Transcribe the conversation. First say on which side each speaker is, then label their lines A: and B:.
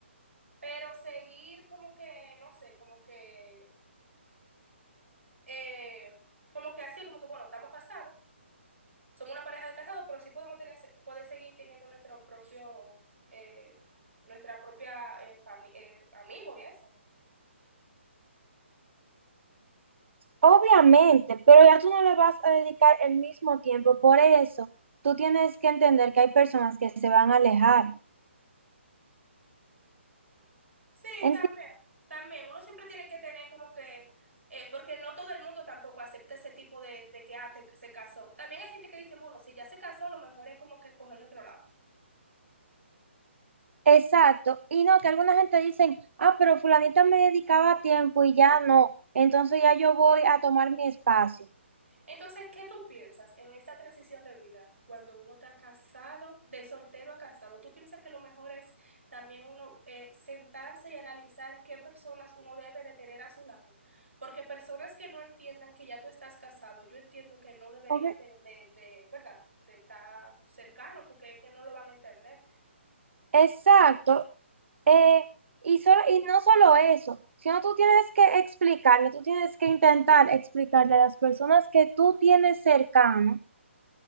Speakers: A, on the right; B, on the right.
A: Pero seguir como que, no sé, como que, eh, como que así, como que, bueno, estamos casados, somos una pareja de casados, pero sí podemos tener, poder seguir teniendo nuestro propio, eh, nuestra propia eh, fami- eh, amigo y eso.
B: Obviamente, pero ya tú no le vas a dedicar el mismo tiempo, por eso tú tienes que entender que hay personas que se van a alejar.
A: Sí,
B: Enti-
A: también, también, uno siempre tiene que tener como que, eh, porque no todo el mundo tampoco acepta ese tipo de, de que, ah, te- se casó. También hay gente que dice, bueno, si ya se casó, lo mejor es como que cogerlo otro lado.
B: Exacto, y no, que alguna gente dicen, ah, pero fulanita me dedicaba tiempo y ya no, entonces ya yo voy a tomar mi espacio.
A: Entonces, ¿qué tú piensas en esta transición de vida cuando uno está casado, de soltero a casado? ¿Tú piensas que lo mejor es también uno eh, sentarse y analizar qué personas uno debe de tener a su lado? Porque personas que no entiendan que ya tú estás casado, yo entiendo que no deberían
B: Obvi-
A: de, de, de, ¿verdad? De estar cercano porque es que no lo van a entender.
B: Exacto, Eh, y, solo, y no solo eso, sino tú tienes que explicarle, tú tienes que intentar explicarle a las personas que tú tienes cercano